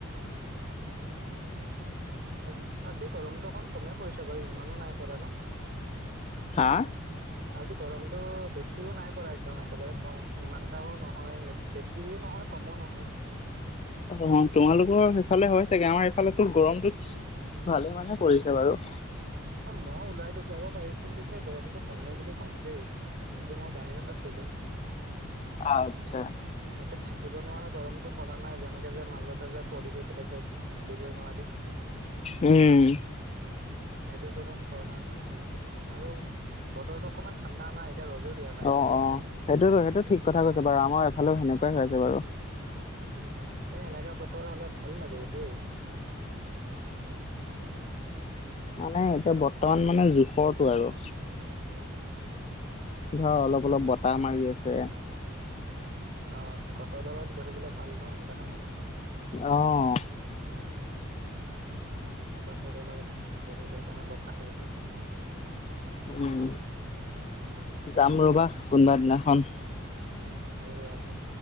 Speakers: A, on the left; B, on the right.
A: <unintelligible>
B: আজি আজি গৰমটো অকণ কমে পৰিছে বাৰু ইমানো নাই পৰা ন।
A: হা
B: আজি গৰমতটো বেছিও নাই পৰা একদম একেবাৰে কম ইমানটাও নহয় বেছি। বেচিও নহয় কমো নহয়
A: অঁ তোমালোকৰ সেইফালে হয় চাগে আমাৰ এইফালেতো গৰমটোত- ভালে মানে পৰিছে বাৰু।
B: অ মই ওলাই যাব পাৰিছো যেতিয়া গৰমটো কমে বুলি কম দেই। তেনেকে মই বাহিৰত আছিলো,
A: আচ্ছা।
B: এয়া থাকিব নোৱাৰা গৰমটো- পৰা নাই যেনেকে যে মাজতে যে পৰি গৈছিলে যে থাকিবই নোৱাৰি।
A: উম,
B: সেইটো গৰম পৰা নাই একেইইদিন আৰু, বতৰটো অকণমান ঠাণ্ডা নাই এতিয়া ৰ'দো দিয়া নাই
A: অ', অ, সেইটোতো সেইটো ঠিক কথা ক'ব পাৰা আমাৰ এফালেও সেনেকুৱাই হৈ আছে বাৰু।
B: উম এ এনেকা বতৰ হলে ভাল লাগে দেই।
A: মানে এতিয়া বৰ্তমান মানে জোখৰটো আৰু
B: উম
A: ধৰা অলপ অলপ বতাহ মাৰি আছে।
B: অ', গছৰ তলত বহিবলে ভাল ন' এনেকা তাইমত।
A: অ',
B: গাছৰ তলত, বহি লৈ কেনে বতাহ খাই ফেন।
A: উম, যাম ৰ'বা কোনবা দিনাখন।
B: উম, আহিবা আহিবা,